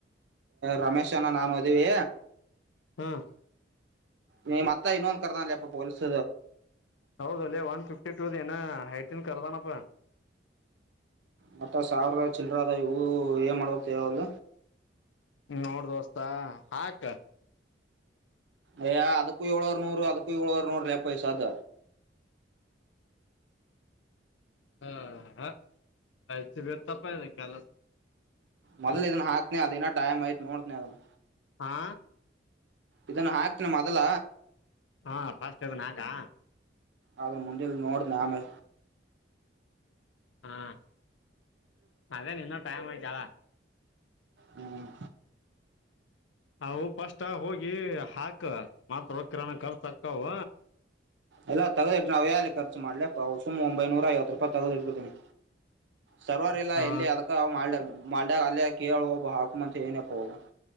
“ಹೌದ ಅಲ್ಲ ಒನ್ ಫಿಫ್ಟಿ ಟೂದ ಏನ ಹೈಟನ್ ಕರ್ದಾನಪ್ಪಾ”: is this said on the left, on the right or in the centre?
Left